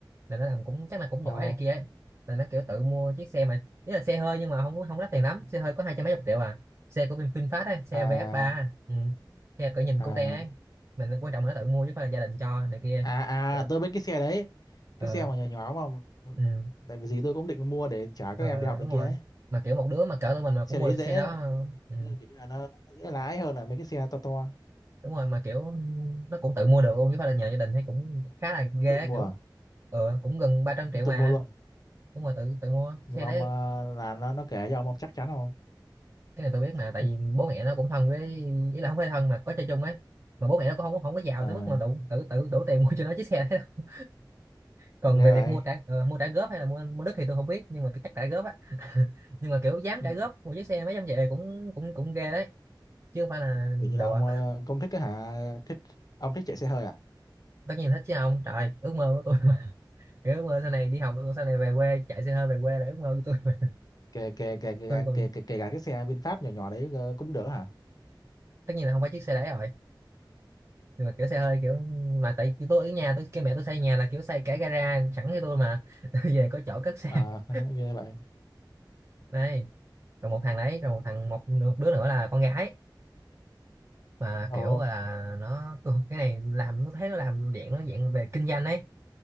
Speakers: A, on the right; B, on the left.
A: là nó làm cũng chắc là cũng
B: ồ
A: giỏi này kia ấy là nó kiểu tự mua chiếc xe mà ý là xe hơi nhưng mà không không đắt tiền lắm xe hơi có hai trăm mấy chục triệu à xe của bên VinFast ấy xe
B: à
A: VF3 ừ. xe cỡ nhìn
B: à
A: cute ấy mình quan trọng là nó tự mua chứ không phải là gia đình cho này kia
B: à
A: rồi
B: à tôi biết cái xe đấy
A: ờ
B: cái xe mà nhỏ nhỏ mà
A: ừ.
B: tại vì gì tôi cũng định mua để trả các
A: ờ
B: em đi học
A: đúng
B: này
A: rồi
B: kia ấy
A: mà kiểu một đứa mà cỡ tụi mình mà cũng
B: xe
A: mua
B: đấy
A: được
B: dễ
A: chiếc xe đó ừ.
B: Nghĩa là kiểu như là nó, nó dễ lái hơn là mấy cái xe to to
A: đúng rồi mà kiểu nó cũng tự mua được luôn chứ không phải là nhờ gia đình thấy cũng khá là ghê
B: tự
A: á,
B: mua
A: kiểu ờ cũng gần 300 triệu
B: tự
A: mà
B: mua luôn
A: cũng mà tự tự mua
B: nhưng
A: xe
B: mà
A: đấy
B: ông ờ, là nó nó kể cho ông ông chắc chắn không
A: cái này tôi biết mà
B: <laughs>
A: tại vì bố mẹ nó cũng thân với ý là không phải thân mà có chơi chung ấy mà bố mẹ nó cũng không không có giàu
B: à
A: tới mức mà đủ tự tự đủ tiền mua cho nó chiếc xe đấy đâu. còn
B: nghe
A: về việc
B: vậy
A: mua trả ờ, mua trả góp hay là mua mua đất thì tôi không biết nhưng mà tôi chắc trả góp á <laughs> nhưng mà kiểu dám
B: ừ.
A: trả góp một chiếc xe mấy trăm triệu thì cũng cũng cũng ghê đấy chứ không phải là
B: kiểu như
A: đùa
B: là ông ờ, cũng thích cái hả thích ông thích chạy xe hơi à
A: tất nhiên thích chứ không trời ước mơ của tôi kiểu ước mơ sau này đi học ước mơ sau này về quê chạy xe hơi về quê là ước mơ của tôi <laughs> mà.
B: kể kể kể kể
A: tôi
B: cả-
A: còn
B: kể kể kể cả cái xe VinFast nhỏ nhỏ đấy ờ, cũng được hả
A: tất nhiên là không phải chiếc xe đấy rồi nhưng mà kiểu xe hơi kiểu mà tại vì tôi ở nhà tôi kêu mẹ tôi xây nhà là kiểu xây cả gara sẵn cho tôi mà <laughs> tôi về có chỗ cất xe
B: à,
A: <laughs>
B: <laughs> nghe vậy
A: đây rồi một thằng đấy rồi một thằng một, một đứa nữa là con gái mà
B: ồ
A: kiểu là nó tôi, cái này làm nó thấy nó làm dạng nó dạng về kinh doanh ấy